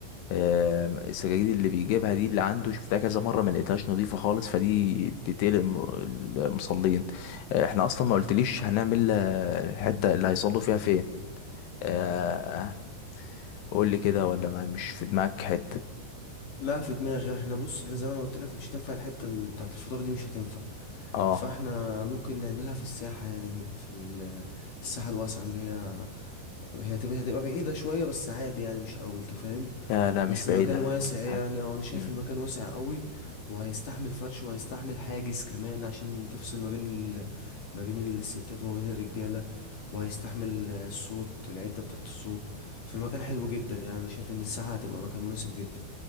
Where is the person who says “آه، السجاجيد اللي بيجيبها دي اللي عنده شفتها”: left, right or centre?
Left